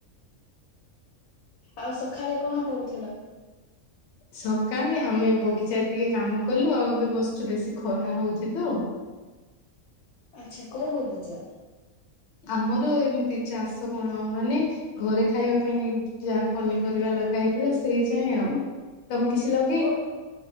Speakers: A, on the left; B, on the left.
A: ଆଉ ସଖାଳେ କଣ କରୁଥିଲ?
B: ସକାଳେ ଆମେ ବଗିଚାରେ ଟିକେ କାମ କଲୁ, ଆଉ ଏବେ ବସଛୁ ବେଶୀ ଖରା ହଉଛି ତ।
A: ଆଚ୍ଛା କୋଉ ବଗିଚା?
B: ଆମର ଏମିତି ଚାଷ କଣ ମାନେ ଘରେ ଖାଇବା ପାଇଁ ଯାହା ପନିପରିବା ଲଗା ହେଇଥିଲା ସେଇ ଯାଏଁ ଆଉ। ତୋମେ କିଛି ଲ
A: କୋ